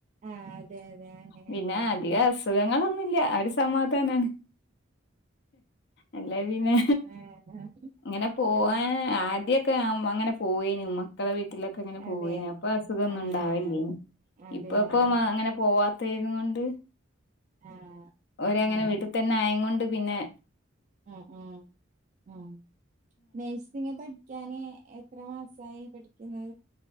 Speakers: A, on the right; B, on the left.
A: ആഹ് അതെ അതെ അങ്ങനെ
B: പിന്നെ
A: ഉണ്ടാവും
B: അധിക അസുഖങ്ങളൊന്നുല്ല്യ അരു സമാധാനാണ് അല്ല പിന്നെ
A: ആഹ്
B: ഇങ്ങനെ പോവാ
A: അല്ല
B: ആദ്യൊക്കെ ആഹ് ഉമ്മങ്ങനെ പോയേനി ഉമ്മ ക്കളെ വീട്ടിലൊക്കെ ഇങ്ങനെ
A: അതെ
B: പോവേനി അപ്പ അസുഖം ഒന്നുണ്ടാവല്ലേനി
A: ആഹ് അതെയ
B: ഇപ്പൊ ഇപ്പൊ
A: ആഹ്
B: മ അങ്ങനെ പോവാത്തേങ്ങൊണ്ട്
A: ആഹ്
B: ഓരങ്ങനെ
A: അങ്ങനെ
B: വീട് തെന്നെ ആയെങ്ങൊണ്ട് പിന്നെ
A: ഉം ഉം ഉം നെയ്സ് ഇങ്ങ് പഠിക്കാന് എത്രെ മാസായി പഠിക്കിന്ന്?